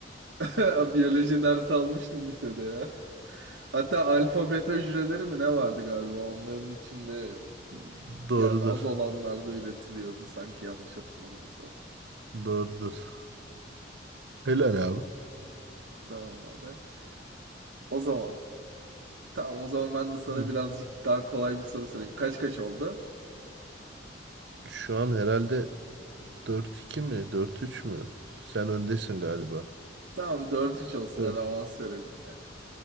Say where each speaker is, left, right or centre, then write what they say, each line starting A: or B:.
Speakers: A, on the right; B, on the right.
A: <laughs> Biyoloji dersi almıştım lisede ya. Hatta alfa beta hücreleri mi ne vardı galiba onların içinde
B: <laughs> Doğrudur.
A: yani az olanlarda üretiliyordu sanki yanlış hatırlamıyorsam.
B: Doğrudur. Helal abi.
A: Tamam abi. O zaman. Tamam o zaman ben de sana
B: Hı.
A: birazcık daha kolay bir soru sorayım. Kaç kaç oldu?
B: Şu an herhalde dört iki mi? dört üç mü? Sen öndesin galiba.
A: Tamam dört üç olsun
B: Evet.
A: hadi avans verelim. ya.